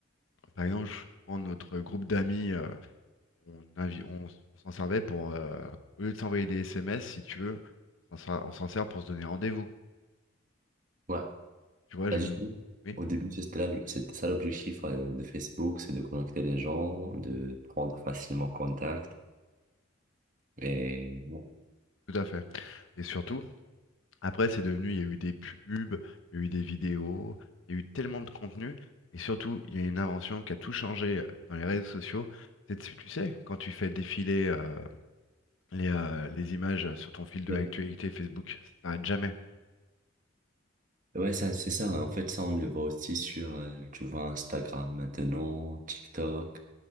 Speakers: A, on the left (about 70°); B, on the right (about 40°).
A: par exemple, je je prends notre groupe d'amis. euh, on invi- on s- on s'en servait pour... euh, au lieu de s'envoyer des SMS, si tu veux, on s'en on s'en sert pour se donner rendez-vous.
B: Ouais.
A: Tu vois, j'ai
B: Bah, justement,
A: même. Oui,
B: au début, c'était là- c'était ça l'objectif euh, de Facebook, c'est de connecter les gens, de prendre facilement contact. Et bon,
A: tout à fait. Et surtout, après, c'est devenu, il y a eu des pubs, il y a eu des vidéos, il y a eu tellement de contenu. Et surtout, il y a une invention qui a tout changé euh, dans les réseaux sociaux. C'est, tu tu sais, quand tu fais défiler euh, les, euh, les images sur ton fil de
B: c'est
A: l'actualité Facebook, ça s'arrête jamais.
B: ça. ouais, ça, c'est ça. hein. En fait, ça, on le voit aussi sur, euh, tu vois, Instagram maintenant, TikTok.